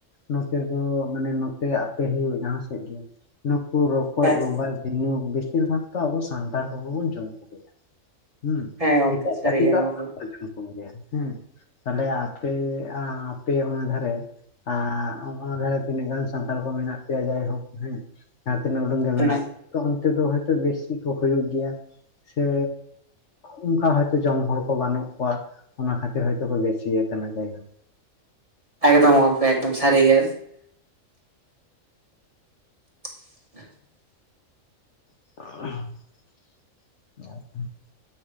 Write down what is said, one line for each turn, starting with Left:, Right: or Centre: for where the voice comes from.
Left: ᱱᱚᱛᱮ ᱫᱚ ᱢᱟᱱᱮ ᱱᱚᱛ- ᱛᱮ ᱟᱯᱮ ᱦᱩᱭᱩᱜ ᱡᱟᱦᱟᱸ ᱥᱮᱫ ᱜᱮ, ᱱᱩᱠᱩ ᱨᱚᱠᱚᱡ,
Right: ᱦᱮᱸ
Left: ᱜᱚᱝᱜᱷᱟ, ᱡᱷᱤᱱᱩᱠ ᱵᱮ- ᱥᱤᱨ ᱵᱷᱟᱜᱽ ᱛᱚ ᱟᱵᱚ ᱥᱟᱱᱛᱟᱲ ᱠᱚᱜᱮ ᱵᱚᱱ ᱡᱚᱢ ᱠᱚ ᱜᱮᱭᱟ᱾ ᱦᱩᱸ
Right: ᱦᱮᱸ ᱜᱚᱢᱠᱮ
Left: ᱮᱴᱟᱜ
Right: ᱥᱟᱹᱨᱤ
Left: ᱡᱟᱹᱛᱤ
Right: ᱜᱮ
Left: ᱫᱚ
Right: ᱱᱚᱣᱟ
Left: ᱟᱨ ᱵᱟᱠᱚ ᱡᱚᱢ ᱠᱚ ᱜᱮᱭᱟ ᱦᱮᱸ, ᱛᱟᱦᱮᱞᱮ ᱟᱯᱮ ᱟᱸ ᱻᱯᱮ ᱚᱱᱟ ᱫᱷᱟᱨᱮ, ᱟᱸ ᱚᱱᱟ ᱫᱷᱟᱨᱮ ᱛᱤᱱᱟᱹᱜ ᱜᱟᱱ ᱥᱟᱱᱛᱟᱲ ᱠᱚ ᱢᱮᱱᱟᱜ ᱯᱮᱭᱟ ᱡᱟᱭᱦᱩᱠ ᱦᱮᱸ ᱡᱟᱦᱟᱸ ᱛᱤᱱᱟᱹᱜ ᱩᱰᱟᱝ ᱜᱮ
Right: ᱦᱮᱸ
Left: ᱢᱮᱱᱟᱜ ᱯᱮ ᱚᱱᱛᱮ ᱫᱚ ᱦᱚᱭᱛᱳ ᱵᱮᱥᱤ ᱠᱚ ᱦᱩᱭᱩᱜ ᱜᱮᱭᱟ, ᱥᱮ ᱚᱸᱠᱟ ᱦᱚᱭᱛᱳ ᱡᱚᱢ ᱦᱚᱲ ᱠᱚ ᱵᱟᱹᱱᱩᱜ ᱠᱚᱣᱟ, ᱚᱱᱟ ᱠᱷᱟᱹᱛᱤᱨ ᱦᱚᱭᱛᱳ ᱠᱚ ᱵᱮᱥᱤ ᱭᱟᱠᱟᱱᱟ ᱡᱟᱭᱦᱩᱠ᱾
Right: ᱮᱠᱫᱚᱢ ᱜᱚᱢᱠᱮ ᱮᱠᱫᱚᱢ ᱥᱟᱹᱨᱤ ᱜᱮ᱾ <inaudible>
Left: <unintelligible>